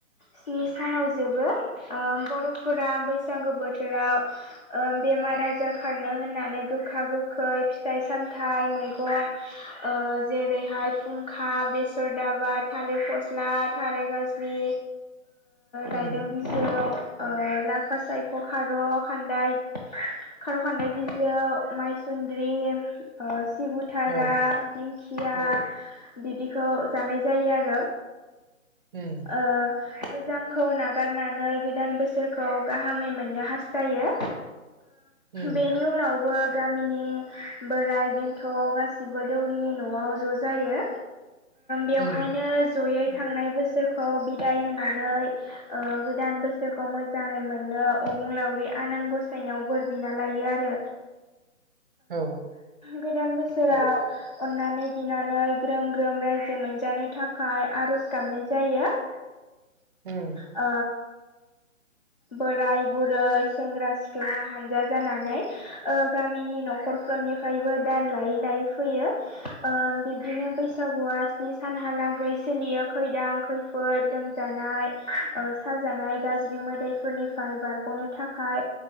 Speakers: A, on the left; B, on the right.
A: स्नि सानाव जोबो बर'फोरा बैसागो बोथोराव बेमार आजार खारनो होननानै गोखा गोखै फिथाइ सामथाइ मैगं जेरैहाय फुंखा बेसर दाबा थालिर फस्ला थाराय गाज्रि
B: उम
A: रायदों बि खायाव लाफा सायख' खार' खान्दाय खार' खान्दाय बिजौ माइसुन्द्रि सिबुथारा
B: औ
A: खिया बिदिखौ जानाय जायो आरो
B: ह
A: ओ गोजामखौ नागारनानै गोदान बोसोरखौ गाहामै मोननो हास्थायो
B: उम
A: बेनि उनावबो गामिनि बोराय बेन्थ' गासिबो दौरिनि न'आव ज' जायो बेवहायनो
B: उम
A: जयै थांनाय बोसोरखौ बिदाय होनानै गोदान बोसोरखौ मोजाङै मोनो अबुंलावरि आनान गसायनायाव बोर बिना लायो आरो
B: औ औ
A: गोदान बोसोराव अन्नानै बिनानै ग्रोम ग्रोम रायजो मोनजानो थाखाय आर'ज गाबनाय जायो <inaudible>
B: <inaudible>
A: ओ बोराय बुरै सेंग्रा सिख्ला हानजा जानानै गामिनि न'खरफोरनिफ्रायबो दान लायै लायै फैयो बिब्दिनो बैसागुआ स्नि सानहालागै सोलियो खैदां खैफोदोम जानाय साजानाय गाज्रि मोदायफोरनिफ्राय बारग'नो थाखाय